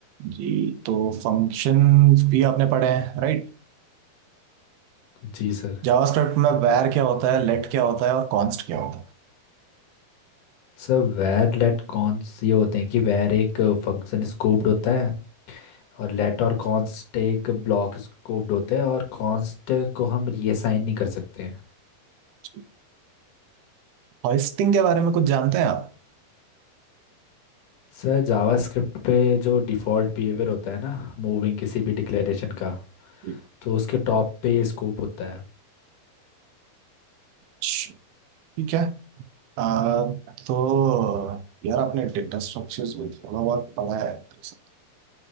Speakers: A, on the right; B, on the left.
A: जी तो फंक्शंस भी आपने पढ़े हैं राइट
B: जी sir
A: जावास्क्रिप्ट में वैर क्या होता है लेट क्या होता है और कॉन्स्ट क्या होता है
B: Sir var let const ये होते हैं कि वेर एक फंक्शन स्कोप्ड होता है और लेट और कॉन्स्ट एक ब्लॉक स्कोप्ड होते हैं और कॉन्स्ट को हम रीअसाइन नहीं कर सकते हैं
A: जी होस्टिंग के बारे में कुछ जानते हैं आप
B: सर जावास्क्रिप्ट पे जो डिफ़ॉल्ट बिहेवियर होता है ना मूविंग किसी भी डिक्लेरेशन का
A: जी।
B: तो उसके टॉप पे ये स्कोप होता है
A: च- ठीक है आ, तो यार आपने डेटा स्ट्रक्चर्स भी थोड़ा बहुत पढ़ा है तो इस-